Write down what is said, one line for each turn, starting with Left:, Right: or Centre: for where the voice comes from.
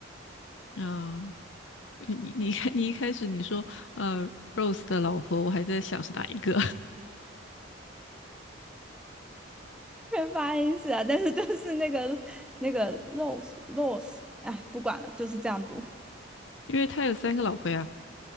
Left: <laughs> 啊。你你你看，你一开始你说呃，Rose 的老婆，我还在想是哪一个，
Centre: 没发音是啊，但是就是那个那个 Rose Rose，哎，不管了，就是这样读。
Left: <laughs> 因为他有三个老婆呀。